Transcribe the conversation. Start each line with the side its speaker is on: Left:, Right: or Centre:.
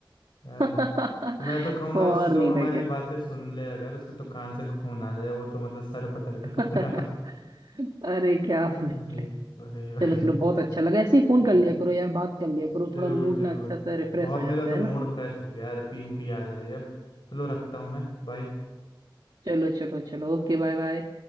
Left: यार
Right: <laughs>
Left: मैं तो कहूंगा
Right: और
Left: उस जो
Right: नहीं
Left: हमारी
Right: था क्या
Left: बातें सुन ले अगर उसके तो कान से खून आ जाए वो तो मतलब सर पटक दे अपना
Right: <laughs> अरे क्या बोले
Left: वही वही वही
Right: चलो चलो बहुत अच्छा लगा ऐसे ही फोन
Left: ठीक
Right: कर लिया
Left: है
Right: करो यार बात कर लिया
Left: ज-
Right: करो
Left: जरूर
Right: थोड़ा मूड
Left: जरूर
Right: ना अच्छा सा रिफ्रेश
Left: बहुत
Right: हो जाता
Left: मेरा
Right: है
Left: तो मूड
Right: ना
Left: फ्रेश हो गया यार पीहू की याद आ रही है अब चलो रखता हूँ मैं बाय
Right: चलो चलो चलो ओके बाय बाय